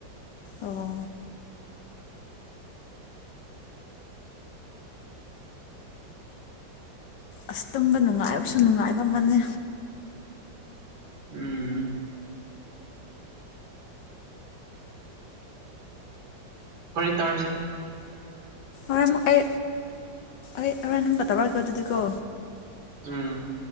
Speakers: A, on the left; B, on the right.
A: ꯑꯣ ꯑꯁ ꯇꯨꯝꯕ ꯅꯨꯡꯉꯥꯏꯕꯁꯨ ꯅꯨꯡꯉꯥꯏꯕ ꯑꯃꯅꯦ
B: ꯎꯝ ꯍꯣꯔꯦꯟ ꯇꯧꯔꯤꯁꯤ
A: ꯍꯣꯔꯦꯟ ꯑꯩ ꯑꯩ ꯍꯣꯔꯦꯟ ꯑꯃꯨꯛꯀ ꯇꯧꯔꯛꯑꯒꯦ ꯀꯣ
B: ꯎꯝ